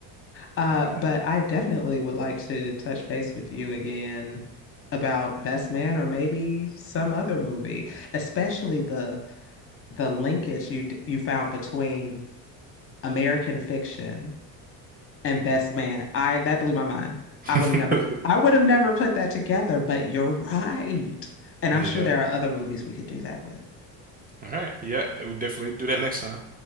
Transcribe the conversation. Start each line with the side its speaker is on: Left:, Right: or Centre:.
Left: Uh,
Right: Okay.
Left: but I definitely would like to touch base with you again about Best Man or maybe some other movie, especially the the linkage you d- you found between American Fiction and Best Man. I that blew my mind. I would
Right: <laughs>
Left: have never I would have never put that together, but you're right. And
Right: Yeah.
Left: I'm sure there are other movies we could do that with.
Right: All right. Yeah, we definitely do that next time.